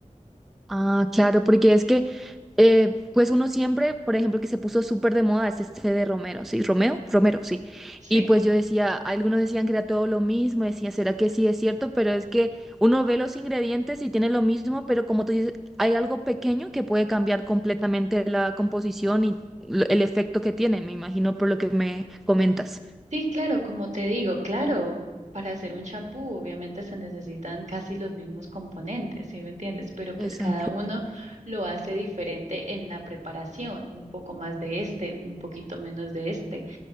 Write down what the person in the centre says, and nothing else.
Ah, claro, porque es que, eh, pues uno siempre, por ejemplo, que se puso súper de moda es este de Romero, ¿sí? ¿Romeo? Romero, sí.
Y pues yo decía, algunos decían que era todo lo mismo, decía, ¿será que sí es cierto? Pero es que uno ve los ingredientes y tiene lo mismo, pero como tú dices, hay algo pequeño que puede cambiar completamente la composición y lo- el efecto que tiene, me imagino por lo que me comentas.
Exacto.